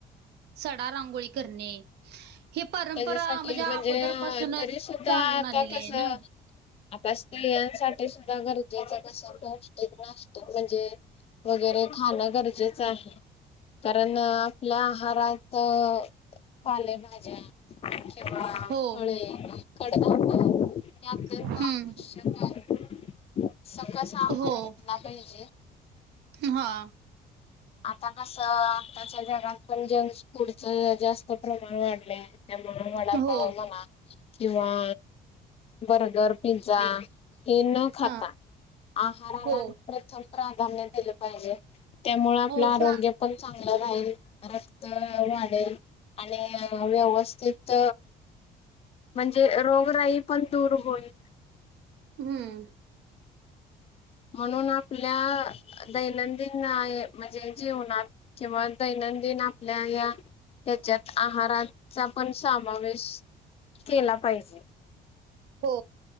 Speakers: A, on the right; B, on the left.
A: सडा रांगोळी करणे हे परंपरा
B: त्याच्यासाठी
A: मणजे अगोदरपासून
B: म्हणजे तरी सुद्धा
A: चालून
B: आता
A: आलेली आहे
B: कसं
A: ना
B: आता स्त्रियांसाठी सुदा गरजेचं कस पौष्टिक नास्त मणजे वगेरे खाणं गरजेचं आहे कारण आपल्या आहारात अ पालेभाज्या किंवा
A: हो
B: फळे कडधान्य हे अत्यंत
A: हम्म.
B: आवश्यक आहे. सकस आहार
A: हो
B: घेतला पाहिजे.
A: हा
B: आता कस आताच्या जगात पण जंक्स फूडच जास्त प्रमाण वाढलंय त्यामुळ वडापाव
A: हो
B: म्हणा किंवा बर्गर पिझ्झा हे न खाता
A: हा
B: आहाराला
A: हो
B: प्रथम प्रा धान्य दिल पाहिजे त्यामुळ आपलं
A: हो
B: आरोग्य
A: जा
B: पण चांगलं राहील रक्त वाडेल आणि अ व्यवस्तित म्हणजे रोगराई पण दूर होईल.
A: हं
B: म्हणून आपल्या दैनंदिन म्हणजे जीवनात किंवा दैन दैनंदिन आपल्या या ह्याच्यात आहाराचा पण सामावेश केला पाहिजे.
A: हो.